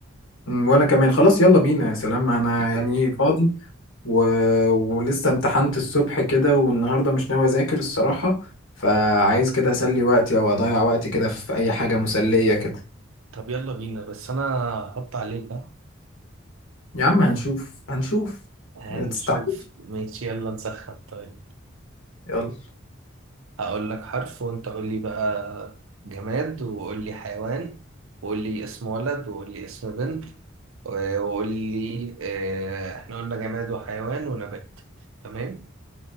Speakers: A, on the left (about 75°); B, on the right (about 80°).
A: أمم، وانا كمان خلاص يلا بينا يا سلام انا
B: إيه،
A: يعني فاضي و... ولسه امتحنت الصبح كده والنهاردة مش ناوي اذاكر الصراحة فعايز كده اسلي وقتي او اضيع وقتي كده في اي حاجة مسلية كده
B: طب يلا بينا بس أنا هحط عليك
A: يا عم هنشوف هنشوف
B: هنشوف
A: ما تستعجلش
B: ماشي يلا نسخن طيب
A: يلا
B: هقول لك حرف وانت قول لي بقى جماد وقول لي حيوان وقول لي اسم ولد وقول لي اسم بنت و- وقول لي آه، احنا قلنا جماد وحيوان ونبات تمام